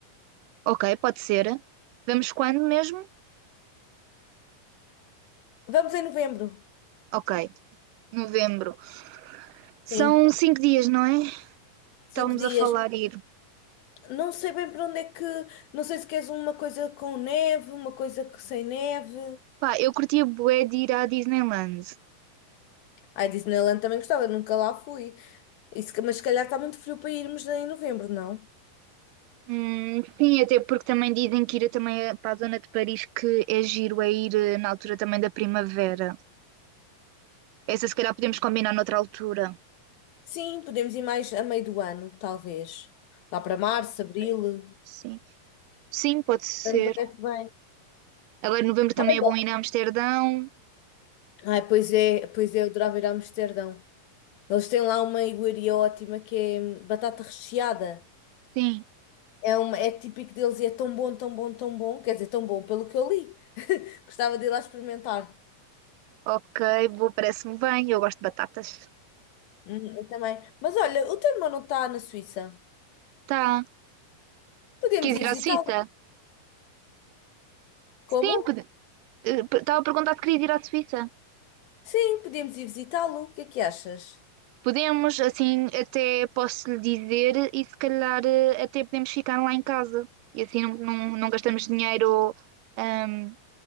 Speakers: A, on the right; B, on the left.
A: Ok, pode ser. Vamos quando mesmo?
B: Vamos em novembro.
A: Ok, novembro. São
B: Sim,
A: cinco dias, não é?
B: cinco
A: Estávamos
B: dias.
A: a falar ir.
B: Não sei bem para onde é que. Não sei se queres uma coisa com neve, uma coisa que sem neve.
A: Pá, eu curtia bué de ir à Disneyland.
B: Ah, Disneyland também gostava, nunca lá fui. E se- mas se calhar está muito frio para irmos em novembro, não?
A: Hum, sim, até porque também dizem que ir também é para a zona de Paris que é giro, é ir eh, na altura também da primavera. Essa se calhar podemos combinar noutra altura.
B: Sim, podemos ir mais a meio do ano, talvez. Lá para março, abril.
A: Ok, Sim, sim, pode ser.
B: Me parece bem.
A: Agora em novembro também
B: Olha.
A: é bom ir a Amsterdão.
B: Ai, pois é, pois é, eu adorava ir a Amsterdão. Eles têm lá uma iguaria ótima que é hum, batata recheada.
A: Sim,
B: É, uma, é típico deles e é tão bom, tão bom, tão bom. Quer dizer, tão bom pelo que eu li. <laughs> Gostava de ir lá experimentar.
A: Ok, boa, parece-me bem. Eu gosto de batatas.
B: Hum, eu também. Mas olha, o teu irmão não está na Suíça.
A: Tá.
B: Podemos
A: Queres
B: ir
A: ir
B: visitá-lo.
A: à Suíça?
B: Como?
A: Sim, pode- eh, p- estava a perguntar se querias ir à Suíça.
B: Sim, podemos ir visitá-lo. O que é que achas?
A: Podemos, assim, até posso lhe dizer e se calhar eh, até podemos ficar lá em casa. E assim não, não, não gastamos dinheiro ahm,